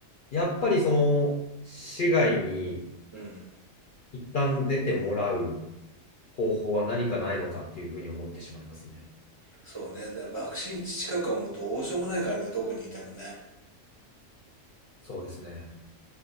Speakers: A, on the left; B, on the right.
A: やっぱりその、市外に
B: うん。
A: 一旦出てもらう方法は何かないのかっていうふうに思ってしまいますね。
B: そうね。で爆心地近くはもうどうしようもないからね、どこにいてもね。
A: そうですね。